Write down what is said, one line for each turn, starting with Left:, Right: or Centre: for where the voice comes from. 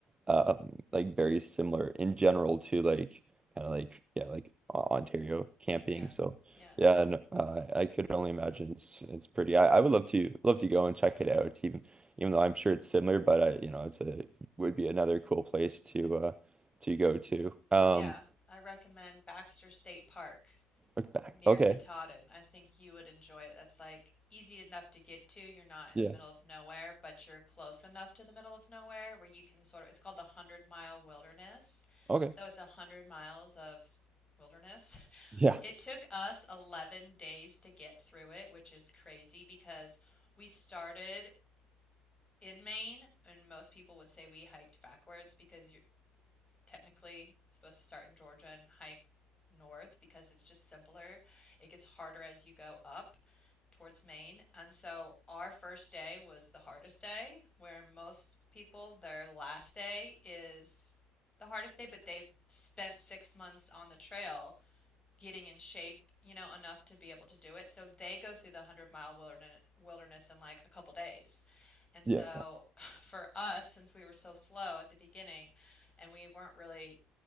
Right: uh, um, like very similar in general to like kind of like yeah like O- Ontario camping.
Left: Yeah,
Right: So
Left: yeah,
Right: yeah, and uh, I could only imagine it's it's pretty. I, I would love to love to go and check it out. Even even though I'm sure it's similar, but I you know it's a would be another cool place to uh to go to. Um,
Left: yeah. I recommend Baxter State Park.
Right: look back.
Left: near
Right: Okay.
Left: Katahdin. I think you would enjoy it. That's like easy enough to get to. You're not in
Right: Yeah.
Left: the middle of nowhere, but you're close enough to the middle of nowhere where you can sort of, it's called the Hundred Mile Wilderness.
Right: Okay.
Left: So it's a hundred miles of wilderness. <laughs>
Right: Yeah.
Left: It took us 11 days to get through it, which is crazy because we started in Maine, and most people would say we hiked backwards because you technically supposed to start in Georgia and hike north because it's just simpler. It gets harder as you go up towards Maine. And so our first day was the hardest day, where most people, their last day is the hardest day, but they've spent six months on the trail getting in shape, you know, enough to be able to do it. So they go through the 100 mile wilderness, wilderness in like a couple days. And so
Right: Yeah.
Left: <laughs> for us, since we were so slow at the beginning and we weren't really